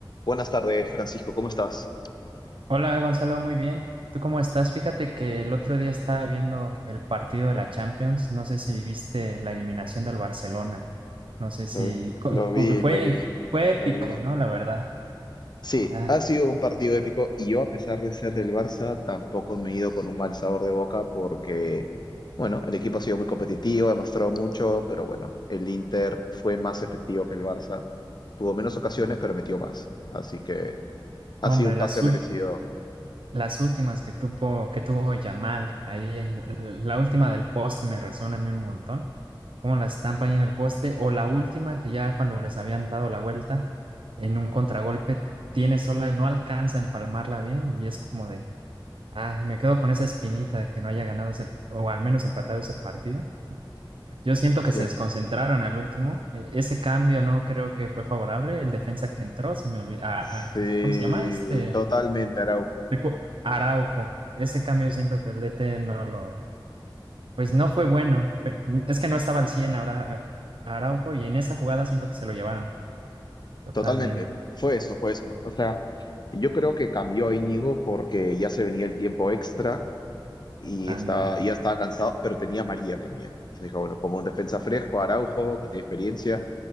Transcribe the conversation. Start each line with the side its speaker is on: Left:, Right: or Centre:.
Left: Buenas tardes, Francisco, ¿cómo estás?
Right: Hola Gonzalo, muy bien. ¿Tú cómo estás? Fíjate que el otro día estaba viendo el partido de la Champions. No sé si viste la eliminación del Barcelona. No sé si
Left: Lo, vi,
Right: co-
Left: lo vi,
Right: co- fue,
Left: lo vi.
Right: fue épico,
Left: lo vi.
Right: ¿no? La verdad.
Left: Sí,
Right: Ay,
Left: ha sido un partido épico y yo, a pesar de ser del Barça, tampoco me he ido con un mal sabor de boca porque, bueno, el equipo ha sido muy competitivo, ha mostrado mucho, pero bueno, el Inter fue más efectivo que el Barça. Tuvo menos ocasiones, pero metió más. Así que ha
Right: hombre,
Left: sido un pase
Right: las últimas,
Left: merecido.
Right: las últimas que tuvo, que tuvo Yamal ahí, la última del poste me resuena a mí un montón. Cómo la estampa ahí en el poste, o la última que ya cuando les habían dado la vuelta en un contragolpe tiene sola y no alcanza a empalmarla bien, y es como de Ah, me quedo con esa espinita de que no haya ganado ese, o al menos empatado ese partido. Yo siento que
Left: Ya.
Right: se desconcentraron al último. E- ese cambio no creo que fue favorable. El defensa que entró, se me olvidó.
Left: Sí,
Right: ¿cómo se llama? Este
Left: totalmente, Araujo.
Right: Recu- Araujo. Ese cambio siento que el DT no lo, pues no fue bueno. Pe- Es que no estaba al 100 ahora a- Araujo y en esa jugada siento que se lo llevaron totalmente.
Left: Totalmente, fue eso, fue eso. O sea, yo creo que cambió a Íñigo porque ya se venía el tiempo extra y
Right: Anda.
Left: estaba, ya estaba cansado, pero tenía a María también. Entonces dijo, bueno, pongo un defensa fresco, Araujo, que tiene experiencia,